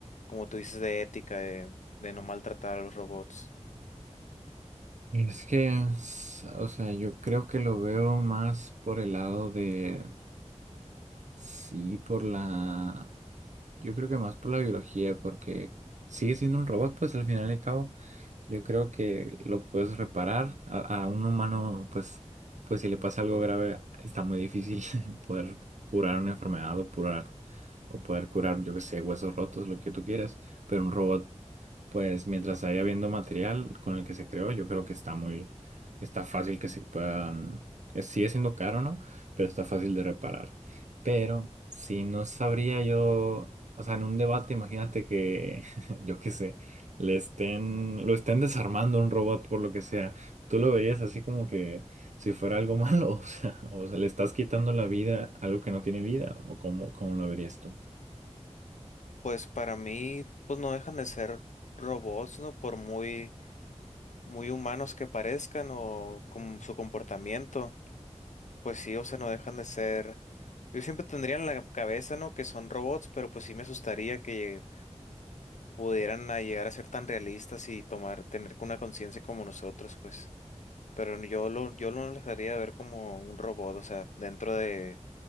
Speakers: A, on the left (about 80°); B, on the right (about 75°).
A: como tú dices, de ética, de, de no maltratar a los robots?
B: Es que, s- o sea, yo creo que lo veo más por el lado de, sí, por la... Yo creo que más por la biología, porque sigue siendo un robot, pues al final y al cabo, yo creo que lo puedes reparar. A, a un humano, pues, pues si le pasa algo grave, está muy difícil <laughs> poder curar una enfermedad o curar, o poder curar, yo que sé, huesos rotos, lo que tú quieras. Pero un robot, pues mientras haya habiendo material con el que se creó, yo creo que está muy, está fácil que se puedan, eh, sigue siendo caro, ¿no? Pero está fácil de reparar. Pero si no sabría yo, o sea, en un debate, imagínate que, <laughs> yo qué sé, le estén, lo estén desarmando un robot por lo que sea. ¿Tú lo verías así como que si fuera algo malo? <laughs> O sea, o sea, le estás quitando la vida a algo que no tiene vida, o cómo, cómo lo verías tú?
A: Pues para mí, pues no dejan de ser robots, ¿no? Por muy, muy humanos que parezcan o con su comportamiento, pues sí, o sea, no dejan de ser. Yo siempre tendría en la cabeza, ¿no? Que son robots, pero pues sí me asustaría que pudieran a llegar a ser tan realistas y tomar, tener una conciencia como nosotros, pues. Pero yo lo, yo lo dejaría de ver como un robot, o sea, dentro de,